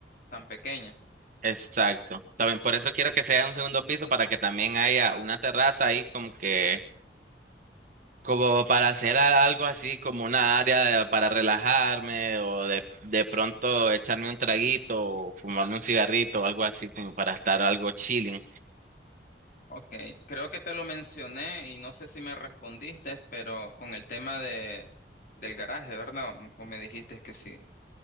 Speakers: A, on the left; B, on the right.
A: tan pequeño.
B: Exacto. También por eso quiero que sea un segundo piso para que también haya una terraza ahí como que, como para hacer a- algo así como una área de- para relajarme o de, de pronto echarme un traguito o fumarme un cigarrito o algo así como para estar algo chilling.
A: Ok, creo que te lo mencioné y no sé si me respondiste, pero con el tema de, del garaje, ¿verdad? O me dijiste que sí.